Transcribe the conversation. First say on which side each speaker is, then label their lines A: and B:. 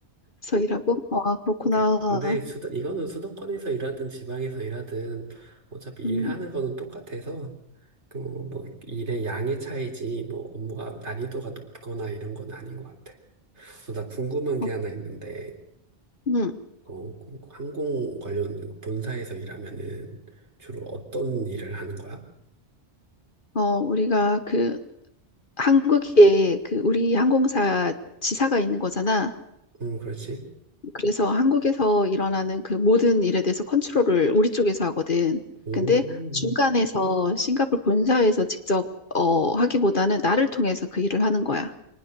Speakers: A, on the left (about 50°); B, on the right (about 80°).
A: 일하고? 아, 그렇구나.
B: 그- 근데 수도 이거는 수도권에서 일하든 지방에서 일하든 어차피 일하는
A: 음,
B: 거는 똑같아서 그뭐 일의 양의 차이지 뭐 업무가 난이도가 높거나 이런 건 아닌 것 같아. 그래서 나 궁금한
A: 어,
B: 게 하나 있는데
A: 음,
B: 어, 그럼 항공 관련 그 본사에서 일하면은 주로 어떤 일을 하는 거야?
A: 어, 우리가 그 한국에 그 우리 항공사 지사가 있는 거잖아.
B: 음, 그렇지.
A: 그래서 한국에서 일어나는 그 모든 일에 대해서 컨트롤을 우리 쪽에서 하거든.
B: 오,
A: 근데 중간에서 싱가포르 본사에서 직접 어, 하기보다는 나를 통해서 그 일을 하는 거야.